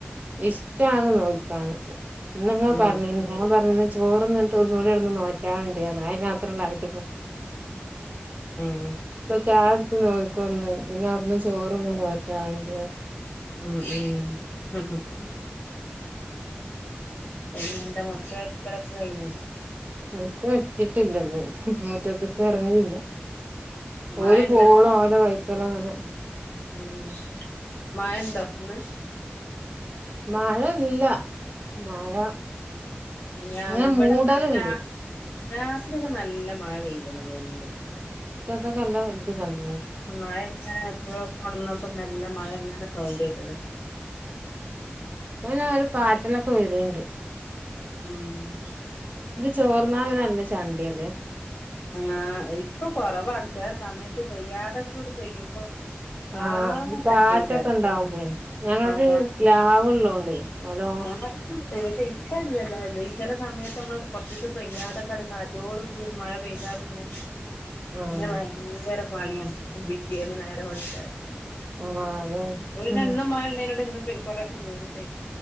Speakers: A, on the right; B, on the left.
A: ഇഷ്ടന്ന് നോക്കാൻ ഇന്ന്ങ്ങാ
B: ഉം
A: പറഞ്ഞീനി ഞാൻ പറഞ്ഞ ചോറന്നിട്ട് ഒന്നൂടി ഇടന്ന് നോറ്റാുണ്ട അയിന്നത്രമല്ല ആയിട്ട്
B: ഉം
A: പ ചായടിച്ച നോ ഒന്ന് പിന്നെ അടുന്ന് ചോറൊന്ന മാറ്റാണ്ട
B: ഉ ഉ പിന്നെ എന്താ മുറ്റരിക്കലൊക്കെ കഴിഞ്ഞു
A: മുറ്റ അടിച്ചിട്ടില്ലന്ന് മുറ്റതൊക്കെ ഇറങ്ങിയില്ല
B: മഴ
A: ഓൽ
B: ഇണ്ടന്ന്
A: പോവോളം ഓലെ വൈത്തലങ്ങനെ
B: ഉം മഴണ്ടോ ന്ന്
A: മഴ ഇല്ല മഴ
B: ഇ
A: ഇങ്ങനെ
B: ഇവിടെന്ന
A: മൂടല്ണ്ട്
B: രാ രാത്രി ഒക്കെ നല്ല മഴ പെയ തിണ് തോന്നണ്ട്
A: ഇ കല്ല എ ക
B: മഴ എങ്ങനെ എപ്പോ കൊണന്നപ്പോ നല്ല മഴ എങ്ങനെ സൗണ്ട ആട്ടത് <unintelligible>
A: പ്പ ങ്ങനെ ഒരു പാറ്റലൊക്കെ വരണ്ട്
B: ഉം
A: ചോർന്ന അവനല്ല ചണ്ടി അല്ലേ
B: ആഹ ഇപ്പൊ കൊറവാണ് ചെല സമയത്ത് പെയ്യാതൊക്ക കൂടി പെയ്യുമ്പോ
A: ആഹ
B: ആകെ
A: ഈ
B: ചണ്ടേക്കാരം
A: ചാറ്റൊക്കെ ഇണ്ടാവുമ്പോേ ഞങ്ങത്
B: ആഹ്
A: ാവള്ളോണ്ടേ നല്ല
B: ആവറ്റ ഇ്ട ഇില്ലല്ല അല്ല ച സമയത്ത് നമ്മള് കുറച്ച ദിവസം പെയ്യാതൊക്കെ അടുക്ക ആറ്റോട് കൂതിരു മഴ പെയ്താ പിന്നെ പിന്നെ
A: ആഹ്
B: ഭയങ്കര പണിയാ പിറ്റേന്ന് നേരെ വിളിച്ചൻ
A: ആഹ് അതെ
B: നെ
A: ഉം
B: എന്നും മഴള്ളേനോട് ഇ കൊറെക്കെ വീ <unintelligible>